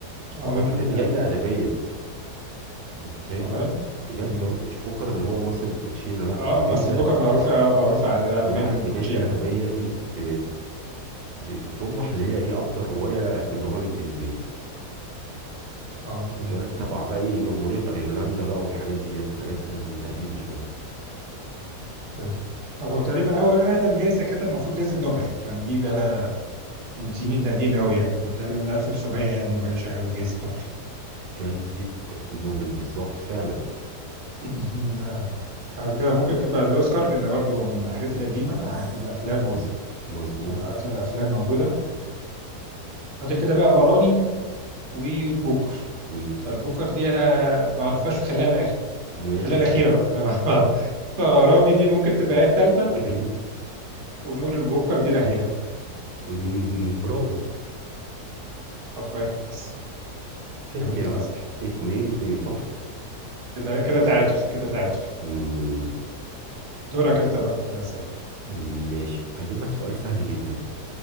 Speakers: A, on the right; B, on the right.
A: آه،
B: وعلى
A: ممكن
B: فكرة
A: فعلا
B: دي جايزة أدبية أنت فاهم
A: والله
B: بجد
A: مم.
B: اه مش بوكر اللي هو مثلا الكوتشينة لا
A: اه
B: دي
A: ما
B: جايزة
A: اصل بكر معروف آه، معروف عالميا
B: لا
A: انه
B: دي
A: كوتشينة
B: جايزة أدبية
A: يعني
B: دي ب... ب... بتمنح اللي هي إيه أفضل رواية باللغة الإنجليزية
A: اه
B: واخد
A: تمام
B: بالك تبع بقى إيه جمهورية أيرلندا بقى والحاجات ديت حاجات يعني قديمة شوية
A: تمام طب هو تقريبا اول اقدم جايزه كده المفروض جايزه نوبل يعني دي بقى لها من سنين قديمه قوي يعني من تقريبا من 1900 يعني وهي شغاله جايزه نوبل
B: جايزة نوبل بالظبط فعلا
A: <clears throat> <laughs> لأن بعد كده ممكن تبقى الاوسكار لان برضو من الحاجات القديمه حاجات
B: س-
A: الافلام
B: مظ- مظبوط
A: وافضل الافلام موجوده فاضل كده بقى غرامي والبوكر
B: مم،
A: فالبوكر دي انا ما اعرفهاش في خلال الاخر
B: ماشي
A: خلال الاخيره بقى انا ما <laughs> اعرف فغرامي دي ممكن تبقى هي الثالثه
B: <laughs>
A: ونقول البوكر دي الاخيره
B: مم، برافو
A: طب كويس
B: كده
A: فاهمين
B: كام
A: طلع صح
B: اتنين اتنين صح
A: كده كده تعادل كده تعادل
B: مم،
A: دورك انت
B: طب،
A: بقى في الأسئلة
B: مم، ماشي هجيب لك سؤال سهل جدا